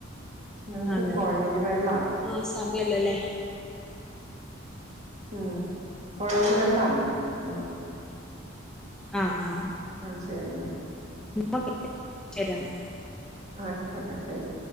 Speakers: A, on the right; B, in the centre.
A: ഞങ്ങക്ക്
B: അതെ
A: കൊഴൽ വെള്ളാണ്
B: ആഹ് സമയല്ലോല്ലേ
A: ഉംകൊഴൽ വെള്ളാണ് ഞങ്ങൾക്ക്
B: ആഹ് ആഹ്
A: ആഹ് ശെരിന്നാ
B: <unintelligible>
A: ആയിക്കോട്ടെ ശെരി